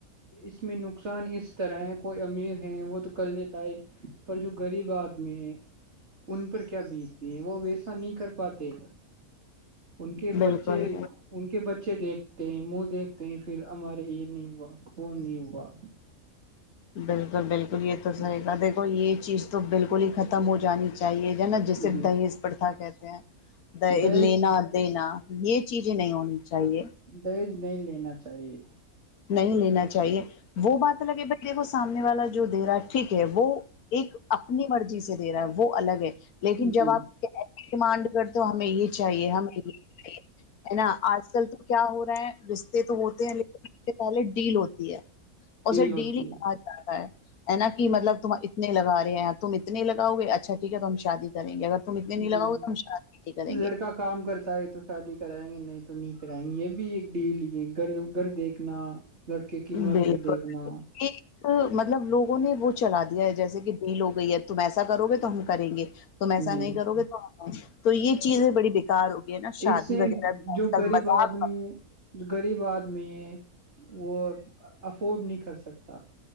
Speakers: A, on the right (about 50°); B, on the left (about 80°).
A: اس میں نقصان اس طرح ہے کوئی امیر ہے وہ تو کر لیتا ہے پر جو غریب آدمی ان پر کیا بیتتے ہیں وہ ویسا نہیں کر پاتے ان کے
B: بالکل
A: بچے ان کے بچے دیکھتے ہیں منہ دیکھتے ہیں پھر ہمارے یہ نہیں ہوا کو نہیں ہوا
B: بالکل بالکل یہ تو صحیح
A: جی
B: کا دیکھو یہ چیز تو بالکل ہی ختم ہو جانی چاہیے ج نا جیسے
A: جی
B: دہیز پرتا کہتے ہیں دہ
A: دج
B: لینا دینا یہ چیزیں نہیں ہونی چاہیے
A: دیز نہیں لینا چاہیے
B: نہیں لینا چاہیے وہ بات لگے بھائی دیکھو سامنے والا جو دیرا ٹھیک ہے وہ ایک اپنی مرضی سے دے رہا ہے وہ الگ ہے لیکن
A: جی
B: جب آپ کی ڈیمانڈ کرتے ہمیں یہ چاہیے ہمیں یہ چاہیے ہے نا آج کل تو کیا ہو رہا ہے رشتے تو ہوتے ہیں ل سے پہلے ڈیل ہوتی ہے اسے
A: ہوتی
B: ڈیل ہی کہا
A: ہے
B: جاتا ہے ہے نا مطلب تم اتنے لگ رہے ہیں تم اتنے لگاؤ گے اچھا ٹھیک ہے تو ہم شادی کریں گے اگر تم اتنے نہیں
A: جی
B: لگاؤ ت ش کریں
A: لڑکا
B: گے
A: کام کرتا ہے تو شادی کرائیں گے نہیں تو نہیں کرائیں گے یہ بھی ایک ڈیل یہ گھر گھر دیکھ دیکھنا لڑکے کی
B: بالکل
A: نوکری دیکھنا
B: ایک مطلب لوگوں نے وہ چلا دیا ہے جیسے کہ نہیں لو گئی ا تم ایسا کرو گے تو ہم کریں گے تم ایسا
A: جی
B: نہیں کرو گے تو تو یہ چیزیں بڑی بیکار ہو گئی ہے نا شادی
A: اس سے
B: وغیرہ بھی
A: جو
B: آج کل
A: غریب
B: مذاق
A: آدمی ہے جو غریب آدمی ہے وہ افورڈ نہیں کر سکتا